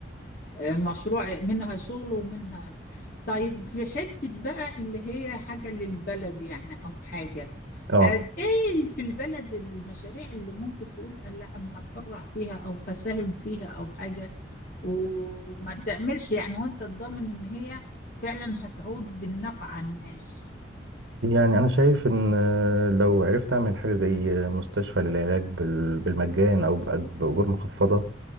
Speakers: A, on the left (about 45°); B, on the right (about 80°).
A: آه، مشروع منها شغل ومنها طيب في حتة بقى اللي هي حاجة للبلد يعني أو حاجة
B: اه
A: آه، إيه ال- في البلد المشاريع اللي ممكن تقول آه، لا أنا هتبرع فيها أو هساهم فيها أو حاجة وما تعملش يعني وأنت تضمن إن هي فعلا هتعود بالنفع على الناس
B: يعني انا شايف ان آه، لو عرفت اعمل حاجة زي آه، مستشفى للعلاج بال- بالمجان او بأج- بأجور مخفضة